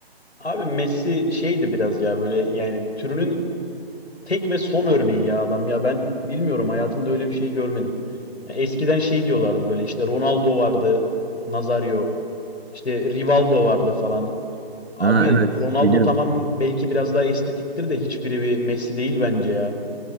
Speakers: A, on the left; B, on the right.
A: Abi Messi şeydi biraz ya böyle yani türünün tek ve son örneği ya adam ya ben bilmiyorum hayatımda öyle bir şey görmedim. Ya Eskiden şey diyorlardı böyle işte Ronaldo vardı, Nazario, işte Rivaldo vardı falan. Abi
B: Ha, evet
A: Ronaldo
B: bilirim.
A: tamam belki biraz daha estetiktir de hiçbiri bir Messi değil bence ya.